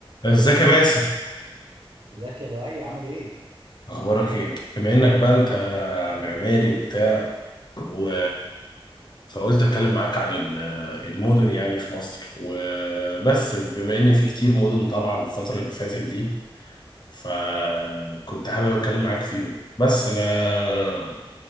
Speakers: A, on the left; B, on the right.
A: ازيك يا باسم
B: ازيك يا لؤي عامل ايه؟
A: اخبارك ايه بما انك بقى انت معماري وبتاع و... فقلت اتكلم معاك عن ال- المدن يعني في مصر وبس بما ان في كتير مدن طالعه الفتره اللي فاتت دي فكنت حابب اتكلم معاك فيهم بس انا